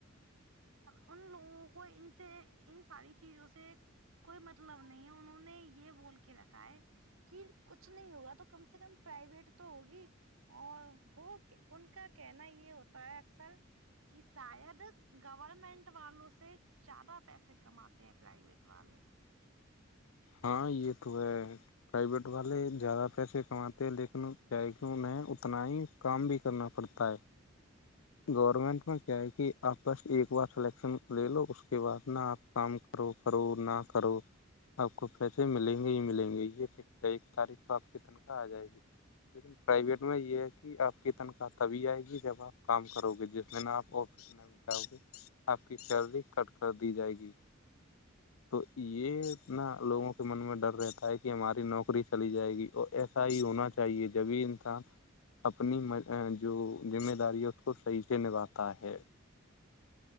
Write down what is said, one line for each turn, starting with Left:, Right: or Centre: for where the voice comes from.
Right: ان لوگوں کو ان سے ان ساری چیزوں سے کوئی مطلب نہیں ہے انہوں نے یہ بول کے رکھا ہے کی کچھ نہیں ہوگا تو کم سے کم پرائیویٹ تو ہوگی اور وہ ان کا کہنا یہ ہوتا ہے اکثر یہ شاید گورورمنٹ والوں سے زیادہ پیسے کماتے ہیں پرائیویٹ والے
Left: ہاں یہ تو ہے پرائیویٹ والے زیادہ پیسے کماتے ہیں لیکن کیا کیوں انہیں اتنا ہی کام بھی کرنا پڑتا ہے گورنمنٹ میں کیا ہے کہ آپ بس ایک بار سلیکشن لے لو اس کے بعد نا آپ کام کرو کرو نہ کرو آپ کو پیسے ملیں گے ہی ملیں گے یہ ایک تاریخ کو آپ کی تنخواہ آ جائے گی لیکن پرائیویٹ میں یہ ہے کہ آپ کی تنخواہ تبھی آئے گی جب آپ کام کرو گے جس میں آپ آفس گ آپ کی چردی کٹ کر دی جائے گی تو یہنا لوگوں کے من میں ڈر رہتا ہے کہ ہماری نوک نوکری چلی جائے گی اور ایسا ہی ہونا چاہیے جبھی انسان اپنی جو ذمہ داری ہے اس کو صحیح سے نبھاتا ہے